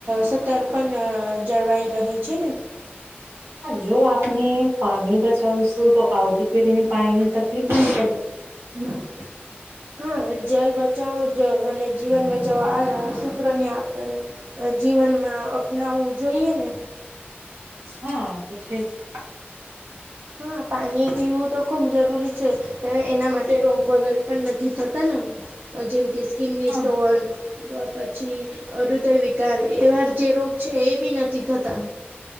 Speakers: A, on the right (about 55°); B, on the right (about 80°).
A: સતર્પ જળવાઈ રહે છે ને.
B: હા જો આપને પાણી બચાવશું તો આવતી પેઢીને પાણીની તકલીફ ન પે.
A: <inaudible> હા જલ બચાવો જ અને જીવન બચાવો આ સૂત્ર ને આપને જીવનમાં અપનાવવું જોઈએ ને
B: હા. આતો છે જ.
A: હા પાણી પીવું તો ખુબ જરૂરી છે. એના માટે રોગ વગેરે પણ નથી થતા ને જેમ કે સ્કિનની
B: હા
A: સ્ટોન પછી હૃદય વિકાર એવાર જે રોગ છે એ બી નથી થતા.